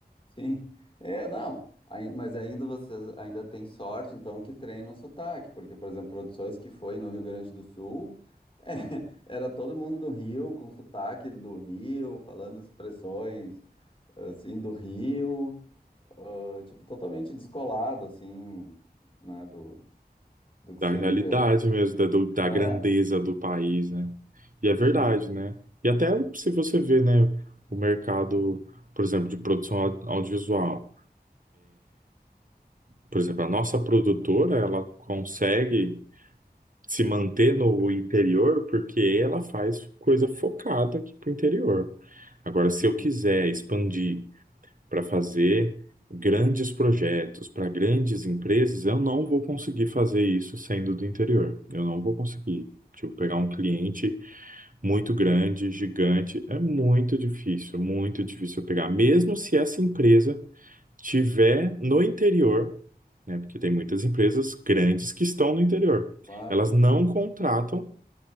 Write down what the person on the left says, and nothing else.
sim. É, não. Aí- mas ainda vocês ainda têm sorte, então, que treinam o sotaque, porque, por exemplo, produções que foi no Rio Grande do Sul, é, <laughs> era todo mundo do Rio, com sotaque do Rio, falando expressões, assim, do Rio, ah, tipo, totalmente descolado, assim, né, do, do que
seria.
É,
sim,
sim,
claro,
sim.